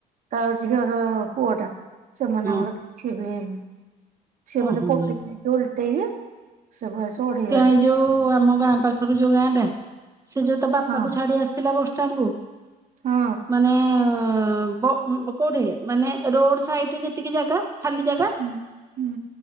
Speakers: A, on the right; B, on the right.
A: ତା ଝିଅର ପୁଅ ଟା ସେମାନଙ୍କର
B: ହଁ
A: କିଛି ବି ହେଇନି ସିଏ
B: କହନି
A: ବୋଧେ <unintelligible> ଓଲଟେଇକି। ସେ <inaudible>
B: କିଆ ଯୋଉ ଆମ ଗାଁ ପାଖ ଖବୁ ଯୋଉ ଗାଁ ଟା, ସେ ଯୋଉ ତ ବାପାକୁ
A: ହଁ
B: ଛାଡି ଆସିଥିଲା ବସଷ୍ଟାଣ୍ଡ କୁ
A: ହଁ
B: ମାନେ ନେ ବ କୋଉଠି ମାନେ ରୋଡ ସାଇଡ ଯେତିକି ଜାଗା ଖାଲି ଜାଗା,
A: ହୁଁ ହୁଁ